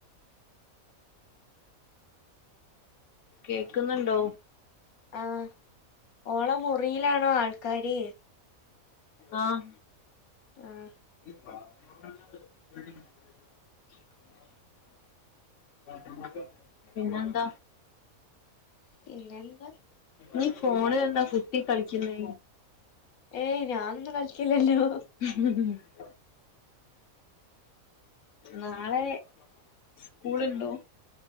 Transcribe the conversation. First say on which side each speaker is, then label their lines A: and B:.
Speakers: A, on the left; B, on the left.
A: കേക്ക്ന്നുണ്ടോ?
B: ആഹ് ഓളെ മുറീലാണോ ആൾക്കാര്?
A: ആഹ്
B: ആഹ്
A: <unintelligible> പിന്നെന്താ?
B: പിന്നെന്താ
A: ഇഞ്ഞ് ഫോണിലെന്താ കുത്തി കളിക്ക്ന്നെ?
B: ഏയ് ഞാനൊന്നും കളിക്കില്ലല്ലോ
A: ഉ ഉ ഉ നാളെ സ്കൂള്ണ്ടോ?